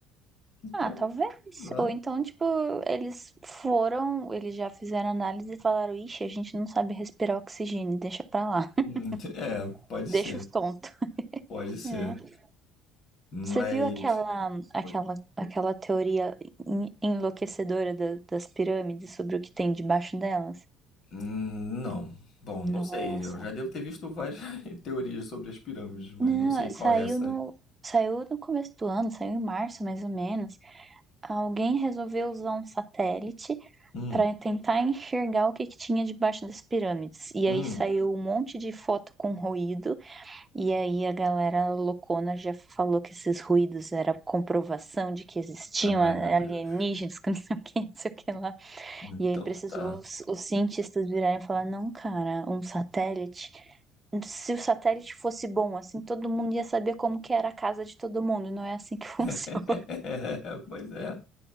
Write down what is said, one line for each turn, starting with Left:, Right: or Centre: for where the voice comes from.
Left: Então,
Right: Ah, talvez.
Left: sei lá.
Right: Ou então, tipo, eles foram, eles já fizeram análise e falaram: Ixi, a gente não sabe respirar oxigênio, deixa pra lá. <laughs>
Left: Ent- É, pode
Right: Deixa
Left: ser,
Right: os tontos.
Left: pode ser.
Right: É. Você
Left: Mas.
Right: viu aquela, aquela,
Left: Oi.
Right: aquela teoria en- enlouquecedora da- das pirâmides sobre o que tem debaixo delas?
Left: Hum, Não. Bom, não
Right: Nossa.
Left: sei. Eu já devo ter visto várias <laughs> teorias sobre as pirâmides, mas
Right: Não,
Left: não sei qual
Right: saiu
Left: é essa.
Right: no, saiu no começo do ano, saiu em março mais ou menos. Alguém resolveu usar um satélite
Left: Hum,
Right: para tentar enxergar o que que tinha debaixo das pirâmides. E
Left: hum.
Right: aí saiu um monte de foto com ruído E aí a galera loucona já falou que esses ruídos era comprovação de que existiam
Left: Ai,
Right: eh,
Left: meu Deus.
Right: alienígenas, <laughs> que não sei o que, não sei o que lá.
Left: Então
Right: E aí precisou
Left: tá.
Right: os, os cientistas virarem e falar, não, cara, um satélite. Se o satélite fosse bom, assim, todo mundo ia saber como que era a casa de todo mundo. Não é assim que <laughs> funciona.
Left: <laughs> É, pois é.